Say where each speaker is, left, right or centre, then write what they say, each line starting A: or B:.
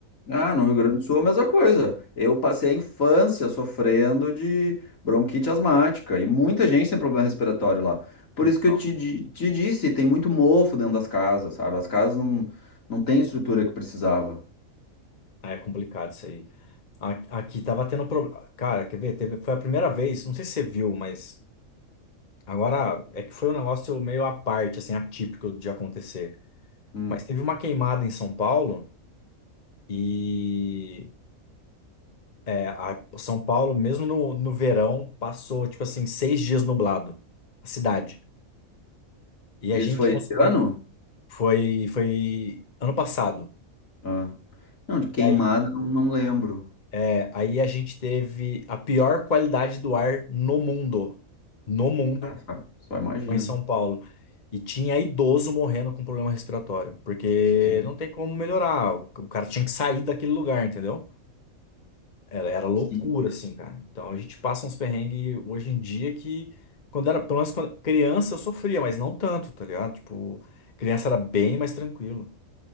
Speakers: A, on the left; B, on the left.
A: Ah, no Rio Grande do Sul é a mesma coisa. Eu passei a infância sofrendo de bronquite asmática e muita gente tem problema respiratório lá. Por
B: então,
A: isso que eu te, di- te disse, tem muito mofo dentro das casas, sabe? As casas não, não têm estrutura que precisava.
B: é complicado isso aí. A- Aqui tava tendo problema. Cara, quer ver? Teve, foi a primeira vez, não sei se você viu, mas agora é que foi um negócio meio à parte, assim, atípico de acontecer.
A: Hum.
B: Mas teve uma queimada em São Paulo e é, a- São Paulo, mesmo no, no verão, passou tipo assim seis dias nublado, a cidade. E
A: Isso
B: a gente
A: foi
B: conseguiu.
A: esse ano?
B: Foi, foi ano passado.
A: Ah. Não, de queimada
B: E aí,
A: não, não lembro.
B: é, aí a gente teve a pior qualidade do ar no mundo. No mundo,
A: É, sabe? Só imagino.
B: foi em São Paulo. E tinha idoso morrendo com problema respiratório, porque
A: Sim,
B: não tem como melhorar. O o cara tinha que sair daquele lugar, entendeu? ela era loucura,
A: sim.
B: assim, cara. Então a gente passa uns perrengues hoje em dia que, quando era, pelo menos quando criança, eu sofria, mas não tanto, tá ligado? Tipo, criança era bem mais tranquilo.